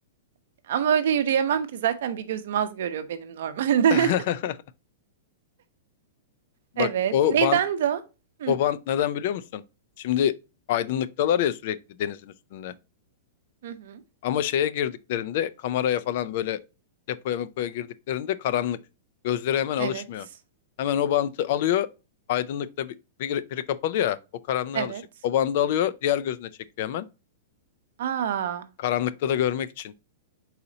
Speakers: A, on the right; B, on the left.
A: <laughs> Ama öyle yürüyemem ki zaten bir gözüm az görüyor benim normalde.
B: <laughs>
A: <laughs>
B: Bak
A: Evet.
B: o
A: Neyden
B: bant
A: de o? Hı
B: O bant neden biliyor musun? Şimdi aydınlıktalar ya sürekli denizin üstünde.
A: hı. hı.
B: Ama şeye girdiklerinde kameraya falan böyle depoya mepoya girdiklerinde karanlık. Gözleri hemen alışmıyor.
A: Evet.
B: Hemen o bantı alıyor. Aydınlıkta bir, bir- biri kapalı ya o karanlığa
A: Evet.
B: alışık. O bandı alıyor diğer gözüne çekiyor hemen.
A: Aa,
B: Karanlıkta da görmek için.